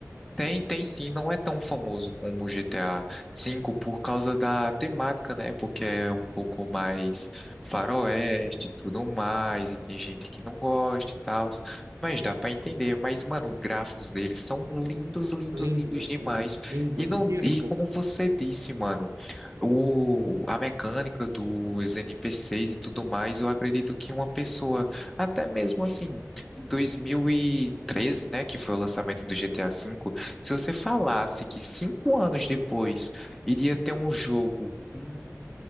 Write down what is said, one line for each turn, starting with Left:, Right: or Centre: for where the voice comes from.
Centre: Tem, tem sim, não é tão famoso como o GTA V por causa da temática, né? Porque é um pouco mais faroeste e tudo mais, e tem gente que não gosta e tal, mas dá pra entender. Mas, mano, os gráficos deles são lindos, lindos,
Right: Lindos,
Centre: lindos demais.
Right: lin- lindos,
Centre: E não,
Right: beautiful.
Centre: e como você disse, mano, o, a mecânica dos NPCs e tudo mais, eu acredito que uma pessoa, até mesmo assim, de 2013, né, que foi o lançamento do GTA V. Se você falasse que cinco anos depois iria ter um jogo hum,